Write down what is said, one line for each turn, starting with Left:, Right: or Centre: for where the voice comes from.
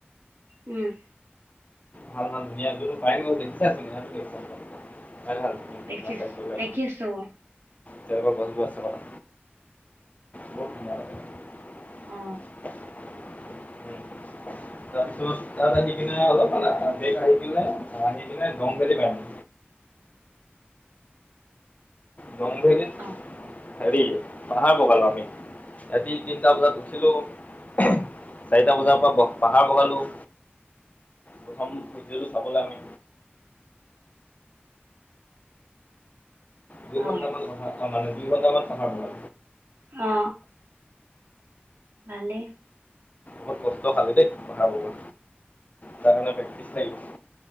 Right: উম
Left: ভাল মানে ধুনীয়া তুমিটো পাইন গছ দেখিছা, <unintelligible> ঠাই ভাল
Right: দেখিছো
Left: আছে বোলে।
Right: দেখিছো
Left: তেনেকুৱা গছবোৰ আছে মানে, বৰ ধুনীয়া লাগে। <unintelligible>
Right: অ
Left: তাৰপিছত তাত আহি কিনে অলপ পালা আহি কিনে, আহি কিনে জংঘুলী পালোঁহি। জংঘুলীনে
Right: অ
Left: হেৰি পাহাৰ বগালো আমি, ৰাতি তিনটা বজাত উঠিলোঁ। চাৰিটা বজাৰ পৰা পাহাৰ বগালোঁ। প্ৰথম ভিডিঅ'টো চাবলে আমি, দুই
Right: অ
Left: ঘণ্টামান কথা, মানে দুই ঘণ্টামান পাহাৰ বগালো
Right: অ ভালেই,
Left: বহুত কষ্ট খালোঁ দেই, পাহাৰ বগোৱা। তাৰ কাৰণে প্ৰেক্টিছ লাগিব। মাথা